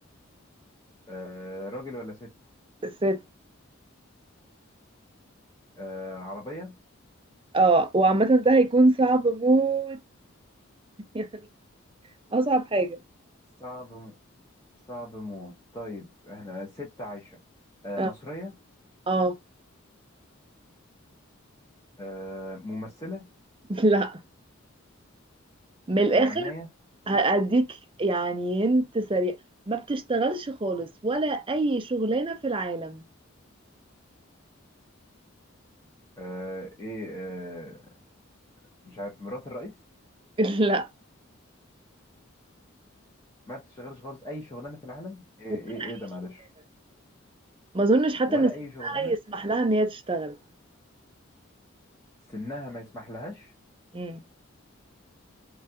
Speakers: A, on the left; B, on the right.
A: آه راجل ولا ست
B: ست
A: آه عربية
B: اه وعامة ده هيكون صعب موت <laughs> يعني أصعب حاجة
A: صعب م... صعب موت طيب احنا ست عايشة آه
B: اه
A: مصرية
B: آه.
A: آه ممثلة
B: <laughs> لا من الآخر
A: مغنية
B: هأديك يعني انت سريع ما بتشتغلش خالص ولا أي شغلانة في العالم
A: آه ايه آه مش عارف مرات الرئيس
B: <laughs> لا
A: ما بتشتغلش خالص اي شغلانه في العالم ايه
B: ولا
A: ايه ايه ده
B: أي
A: معلش
B: شغلانة ما أظنش حتى
A: ولا
B: إن سنها
A: اي شغلانه
B: يسمح لها إن هي تشتغل
A: سنها ما يسمح لهاش
B: مم.